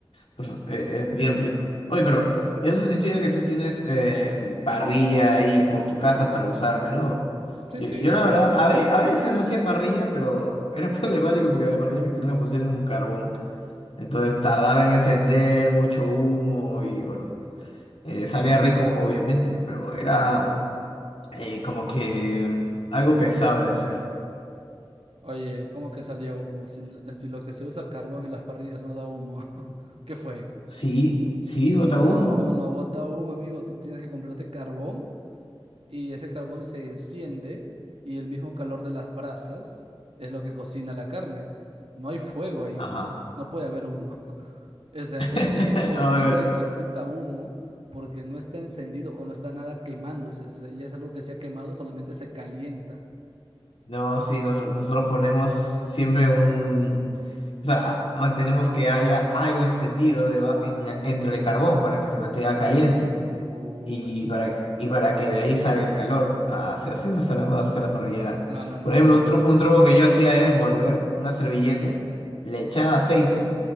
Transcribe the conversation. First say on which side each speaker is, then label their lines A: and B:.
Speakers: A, on the left (about 85°); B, on the right (about 80°).
A: Pero, eh,
B: Mm,
A: es bien rico. Oye, pero eso significa que tú tienes em, parrilla ahí por tu casa para usar a menudo.
B: Sí,
A: Yo,
B: sí.
A: yo la verdad, a, ve- a veces hacía parrilla, pero era <laughs> problemático porque la parrilla que tenía funcionaba en un carbón. Entonces tardaba en encender, mucho humo y bueno. Eh, salía rico, obviamente, pero era eh, como que algo pesado de hacer.
B: Oye, ¿cómo que salía humo? Si, l- si lo que se usa carbón en las parrillas no da humo, <laughs> ¿qué fue?
A: Sí, sí, bota
B: No,
A: humo.
B: no bota humo, amigo. Tú tienes que comprarte carbón y ese carbón se enciende y el mismo calor de las brasas es lo que cocina la carne. No hay fuego ahí.
A: Ajá.
B: No puede haber humo. <laughs> O sea, es,
A: <laughs>
B: es imposible
A: A ver,
B: que exista humo porque no está encendido o no está nada quemándose. O sea, ya es algo que se ha quemado, solamente se calienta.
A: no, sí, nosotros, nosotros ponemos siempre un... O sea, mantenemos que haya algo encendido deba- en- entre el carbón para que se mantenga caliente.
B: Uy,
A: y para, y para que de ahí salga el calor. Ah, Así, así no sabemos hacer la parrillada.
B: no, no, no,
A: Por
B: no,
A: ejemplo,
B: no,
A: un,
B: no, no,
A: tru-
B: no. no.
A: un truco que yo hacía era envolver una servilleta, le echaba aceite,